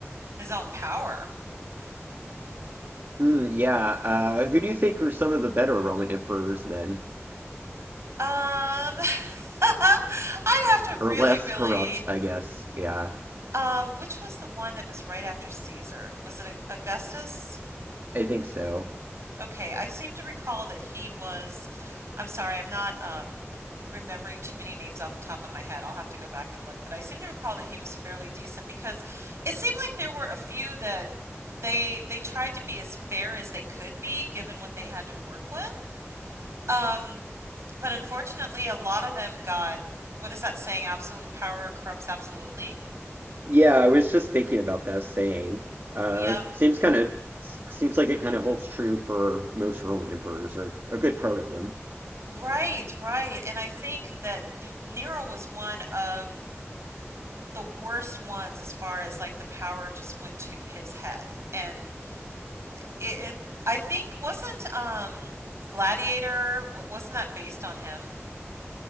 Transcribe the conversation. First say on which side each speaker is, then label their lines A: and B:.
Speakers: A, on the right; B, on the right.
A: his own power.
B: Hmm, yeah. Uh, who do you think are some of the better Roman emperors then?
A: Um, <laughs> I'd have to
B: Or
A: really,
B: less
A: really
B: corrupt, I guess. Yeah,
A: Um, which was the one that was right after Caesar? Was it A- Augustus?
B: I think so.
A: Okay, I seem to recall that he was. I'm sorry, I'm not um, remembering too many names off the top of my head. I'll have to go back and look, but I seem to recall that he was fairly decent because it seemed like there were a few that they they tried to be as fair as they could be given what they had to work with. Um, but unfortunately, a lot of them got, what is that saying? Absolute power corrupts absolutely.
B: Yeah, I was just thinking about that saying. Uh,
A: Yep.
B: seems kind of seems like it kind of holds true for most Roman emperors, or a good part of them.
A: Right, right. And I think that D Nero was one of the worst ones as far as like the power just went to his head. And it, it I think wasn't um Gladiator wasn't that based on him?